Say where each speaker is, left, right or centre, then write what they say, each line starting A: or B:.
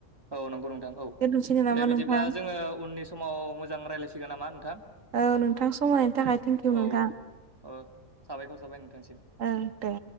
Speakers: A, on the right; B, on the right.
A: औ नंगौ नोंथां औ
B: दोनथ'सैनो नामा
A: दे बिदिब्ला
B: नोंथां?
A: जोङो उननि सम समाव मोजां रायजल्लायसिगोन नामा नोंथां
B: औ नोंथां समायनायनि थाखाय थेंकिउ नोंथां
A: औ औ साबायखर थाबाय नोंथांसिम
B: ओं दे